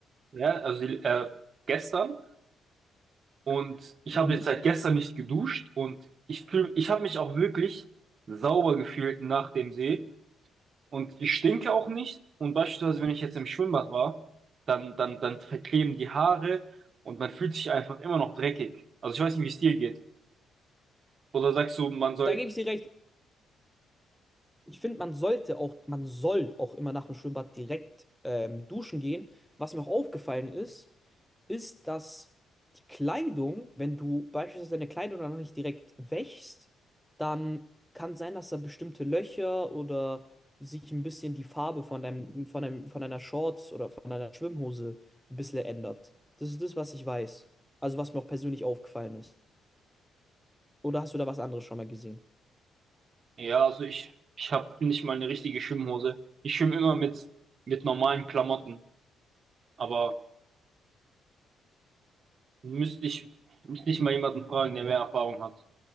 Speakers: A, on the right; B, in the centre.
A: ja, also äh, gestern und ich
B: Mhm.
A: habe jetzt seit gestern nicht geduscht und ich fühle ich habe mich auch wirklich sauber gefühlt nach dem See. Und ich stinke auch nicht. Und beispielsweise, wenn ich jetzt im Schwimmbad war, dann, dann, dann verkleben die Haare und man fühlt sich einfach immer noch dreckig. Also ich weiß nicht, wie es dir geht. Oder sagst du, man soll.
B: Da gebe ich dir recht. Ich finde, man sollte auch, man soll auch immer nach dem Schwimmbad direkt ähm, duschen gehen. Was mir auch aufgefallen ist, ist, dass die Kleidung, wenn du beispielsweise deine Kleidung danach nicht direkt wäschst, dann kann sein, dass da bestimmte Löcher oder sich ein bisschen die Farbe von deinem, von deinem, von deiner Shorts oder von deiner Schwimmhose ein bisschen ändert. Das ist das, was ich weiß. Also was mir auch persönlich aufgefallen ist. Oder hast du da was anderes schon mal gesehen?
A: Ja, also ich, ich habe nicht mal eine richtige Schwimmhose. Ich schwimme immer mit, mit normalen Klamotten. Aber müsste ich, müsste ich mal jemanden fragen, der mehr Erfahrung hat.